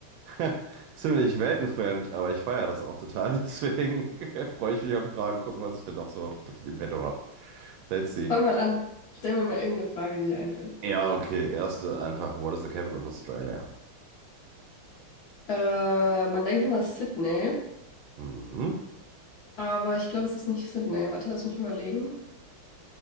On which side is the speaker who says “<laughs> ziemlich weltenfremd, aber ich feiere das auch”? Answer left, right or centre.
Right